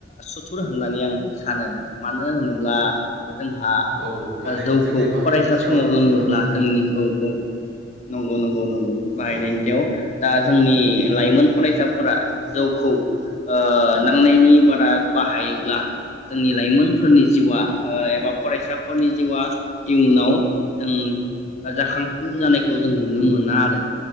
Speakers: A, on the left; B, on the right.
A: सुथुर होननानै आं सानो मानो होनोब्ला जोंहा
B: औ माने
A: जौखौ
B: जोंनि बाहायनायनि
A: फरायसा
B: सायाव
A: समाव
B: आरो न'
A: लोङोब्ला
B: नोंथां
A: <unintelligible> औ औ नंगौ नंगौ नंगौ। बाहायनायनि
B: औ
A: सायाव दा जोंनि लाइमोन फरायसाफोरा जौखौ ओ नांनायनि बारा बाहायोब्ला जोंनि लाइमोनफोरनि जिउआ ओ एबा फरायसाफोरनि जिउआ इयुनाव जों जाखांफु जानायखौ जों नुनो मोना आरो।